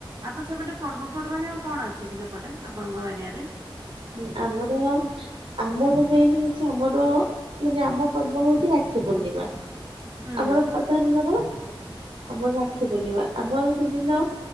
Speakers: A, on the right; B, on the right.
A: ଆପଣ ସେପଟେ ପର୍ବପର୍ବାଣୀ ଆଉ କଣ ଅଛି କି ସେପଟେ ଆପଣଙ୍କ ଏରିଆରେ?
B: ହୁ ଆମର ଆମର ମେନେ ହଉଛି ଆମର ମାନେ ଆମ ପର୍ବ ହଉଛି ରାକ୍ଷୀପୂର୍ଣ୍ଣିମା
A: ହୁଁ
B: ଆମର ପ୍ରଧାନ କଣ ଆମର ରାକ୍ଷୀପୂର୍ଣ୍ଣିମା ଆମର ସେଦିନ